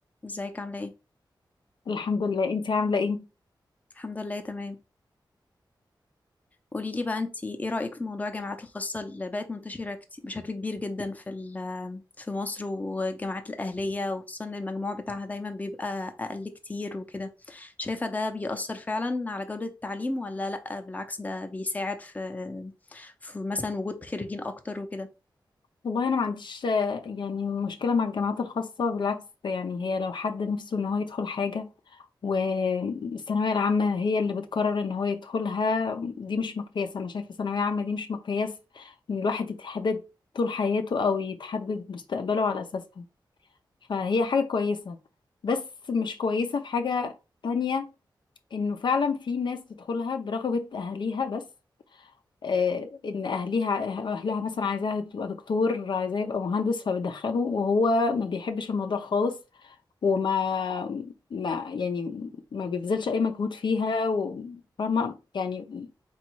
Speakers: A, on the left; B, on the left.
A: ازيك عاملة ايه؟
B: الحمد لله انتي عامله ايه
A: الحمد لله تمام قولي لي بقى انتي ايه رأيك في موضوع الجامعات الخاصة اللي بقت منتشرة كتير بشكل كبير جدا في ال- في مصر والجامعات الأهلية وخصوصا ان المجموع بتاعها دايما بيبقى أقل كتير وكده شايفة ده بيأثر فعلا على جودة التعليم ولا لأ بالعكس ده بيساعد في في مثلا وجود خريجين أكتر وكده
B: والله انا ما عنديش آه، يعني مشكله مع الجامعات الخاصه بالعكس يعني هي لو حد نفسه ان هو يدخل حاجه والثانويه العامه هي اللي بتقرر ان هو يدخلها دي مش مقياس انا شايفه الثانويه العامه دي مش مقياس ان الواحد يتحدد طول حياته او يتحدد مستقبله على اساسها فهي حاجه كويسه بس مش كويسه في حاجه تانية انه فعلا في ناس تدخلها برغبه اهاليها بس آه، ان اهليها اهلها مثلا عايزاها تبقى دكتور عايزاه يبقى مهندس فبيدخله وهو ما بيحبش الموضوع خالص وما ما يعني ما بيبذلش اي مجهود فيها وفاهمه يعني